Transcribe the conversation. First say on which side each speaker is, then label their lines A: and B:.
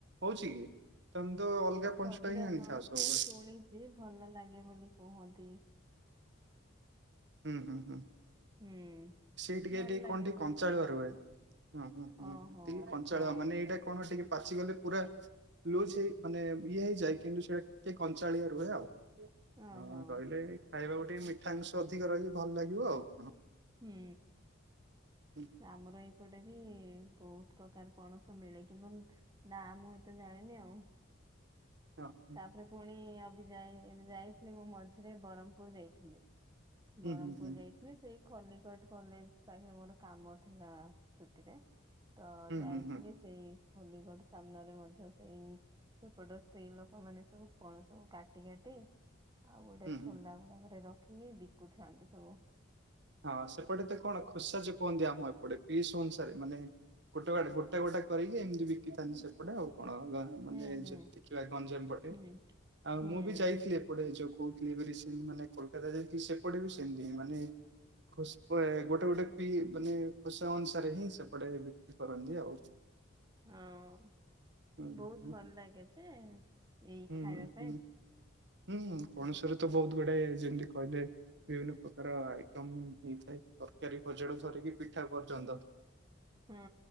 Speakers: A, on the right (about 55°); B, on the right (about 20°).
A: ହଉଛି କି? ତମେ ତ ଅଲଗା
B: ଖଜୁରା
A: ପଣସଟା ହିଁ ଆଣିଥାଅ
B: ପଣସ
A: ସବୁବେଳେ
B: ଶୁଣିଛି ଭଲ ଲାଗେ ବୋଲି କୁହନ୍ତି।
A: ହୁଁ ହୁଁ ହୁଁ
B: ହୁଁ।
A: ସେଠିକେ
B: ଭଲ ଲାଗେ
A: କଣ ଟିକେ
B: ସବୁ
A: କଞ୍ଚାଳିଆ
B: ପ୍ରକାର
A: ରହେ।
B: ଫଳ
A: ହୁ ହୁଁ ହୁଁ
B: ଓହୋ
A: ଟିକେ କଞ୍ଚାଳ
B: ହଁ
A: ମାନେ ଏଇଟା କଣ ଟିକେ ପାଚିଗଲେ ପୁରା, ଲୁଜ ହେଇ ମାନେ ଇଏ ହେଇଯାଏ, କିନ୍ତୁ ସେଟା ଟିକେ କଞ୍ଚାଳିଆ ରୁହେ ଆଉ
B: ଓହୋ।
A: ହଁ ରହିଲେ, ଖାଇବାକୁ ଟିକେ ମିଠା ଅଂଶ ଅଧିକ ରହିଲେ ଭଲ ଲାଗିବ ଆଉ, କଣ?
B: ହୁଁ
A: ହୁଁ
B: ଆମର ଏଇପଟେ ବି ବହୁତ ପ୍ରକାର ପଣସ ମିଳେ କିନ୍ତୁ ନା ମୁଁ ଏତେ ଜାଣିନି ଆଉ <inaudible>
A: ହଁ ହୁଁ
B: ତାପରେ ପୁଣି ଅବି ଯାଇ ଏବେ ଯାଇଥିଲି ମୁଁ ମଝିରେ ବରମପୁର ଯାଇଥିଲି। ବରମପୁର
A: ହୁଁ ହୁଁ
B: ଯାଇଥିଲି ସେଇ ଖଲିକଟ କଲେଜ ପାଖରେ ମୋର କାମ ଥିଲା ଛୁଟି ରେ। ତ
A: ହୁଁ
B: ଯାଇଥିଲି
A: ହୁଁ ହୁଁ
B: ସେଇ ହୋଲିଗଡ ସାମ୍ନାରେ ମଧ୍ୟ ସେଇ ସେପଟ ସ୍ତ୍ରୀ ଲୋକ ମାନେ ସବୁ କଣ ସବୁ କାଟି କାଟି ଆଉ ଗୋଟେ
A: ହୁଁ ହୁଁ।
B: ଠୋଲା ଗୁଡାକରେ ରଖ ଖିକି ବିକୁଥାନ୍ତି ସବୁ।
A: ହଁ ସେପଟେ ତ କଣ ଖୋସଜ କୁହନ୍ତି। ଆମ ଏପଟେ ପିସ୍ ଅନୁସାରେ ମାନେ ଗୋଟେ ଗୋଟା ଗୋଟା କରିକି ଏମିତି ବିକିଥାନ୍ତି ସେପଟେ ଆଉ। କଣ ମାନେ
B: ହୁଁ ହୁଁ
A: ଯ ଦେଖିବା ଗଞ୍ଜାମ ପଟେ
B: ହୁଁ
A: ଆଉ
B: ହୁଁ
A: ମୁଁ ବି ଯାଇଥିଲି ଏପଟେ ଯୋଉ କୋହୁଥିଲି ଏବେ ରିସେଣ୍ଟ ମାନେ କୋଲକାତା ଯାଇଥିଲି ସେପଟେ ବି ସେମିତି ହିଁ ମାନେ ଖ ଗୋଟେ ଗୋଟେ ବି ମାନେ ଖୋସା ଅନୁସାରେ ହିଁ ସେପଟେ ବିକ୍ରି କରନ୍ତି ଆଉ।
B: ହଁ
A: ହୁଁ
B: ବୋହୁତ
A: ହୁଁ
B: ଭଲ ଲାଗେ ଯେ ଏଇ
A: ହୁଁ
B: ଖାଇବା ପାଇଁ
A: ହୁଁ ହୁଁ ପଣସରେ ତ ବୋହୁତ ଗୁଡେ ଯେମିତି କହିଲେ ବିଭିନ୍ନ ପ୍ରକାର ଆଇଟମ ହେଇଥାଏ। ତରକାରୀ ଭଜାଠୁ ଧରିକି ପି ପିଠା ପର୍ଯ୍ୟନ୍ତ
B: ହୁଁ